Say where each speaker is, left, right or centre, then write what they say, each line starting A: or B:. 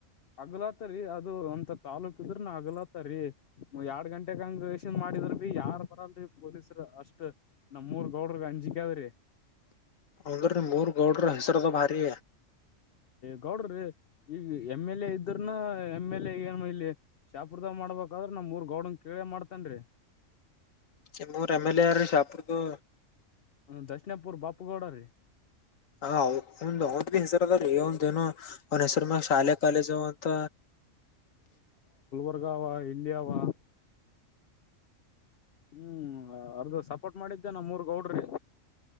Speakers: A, on the left; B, on the left.
A: ಹಗಲಾತರಿ ಅದು ಒಂತ ತಾಲೂಕ್ ಇದ್ರ ನ ಹಗಲಾತರಿಎರಡ್ ಗಂಟೆಗಂಗಷನ್ ಮಾಡಿದ ಇದ್ರ ಬಿ ಯಾರ್ ಬರಲ್ರಿ ಪೊಲೀಸರು ಅಷ್ಟ್ ನಮ್ ಮೂರ್ ಗೌಡ್ರ ಅಂಜಿಕೆ ಅದ್ರೀ
B: ಹೌದ್ರೀ ನಿಮ್ಮೂರ್ ಗೌಡ್ರು ಹೆಸರ ಭಾರಿ
A: ಗೌಡ್ರೀ ಈಗ ಎಮ್ ಎಲ್ ಎ ಇದ್ರನಾ ಎಮ್ ಎಲ್ ಎ ಏನ್ ಇಲ್ಲಿ ಶಾಪುರ್ದ ಮಾಡಬೇಕಾದ್ರೆ ನಮ್ಮಉರಗೌಡನ್ ಕೇಳೇ ಮಾಡ್ತನ್ರೀ
B: ನಿಮ್ಮೂರು ಎಮ್ ಎಲ್ ಎ ಯಾರ ರೀ ಶಹಪುರ್ದು
A: ಹ ದಕ್ಷಿಣಪುರ್ ಬಾಪುಗೌಡ ರೀ
B: ಹ ಒಂದ್ ಅವಂದ್ ಭ ಹೆಸರು ಅದ್ರೀ ಅವಂದ ಏನು ಅವನ್ ಹೆಸ್ರ ಮ್ಯಾಗ ಶಾಲೆ ಕಾಲೇಜು ಅಂತ
A: ಮುರ್ಗಾವ <unintelligible> ಇಲ್ಲಿಯಾವ ಹ್ಮ್ ಅರ್ದು ಸಪೋರ್ಟ್ ಮಾಡಿದ್ದೆ ನಾ ಮೂರ್ ಗೌಡ್ರಿ